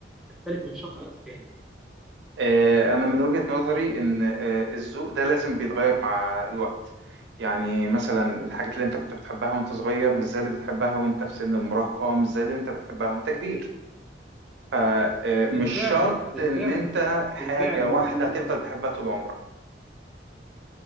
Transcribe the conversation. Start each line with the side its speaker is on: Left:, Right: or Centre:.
Centre: بتختلف من شخص للتاني
Right: آه، أنا من وجهة نظري إن آه، الذوق ده لازم بيتغير مع الوقت يعني مثلا الحاجات اللي أنت كنت بتحبها وأنت صغير مش زي اللي بتحبها وأنت في سن المراهقة مش زي اللي أنت بتحبها وأنت كبير فمش
Centre: بالفعل
Right: شرط
Centre: بالفعل
Right: إن أنت حاجة
Centre: بالفعل
Right: واحدة
Centre: و... و... و-
Right: هتفضل تحبها طول عمرك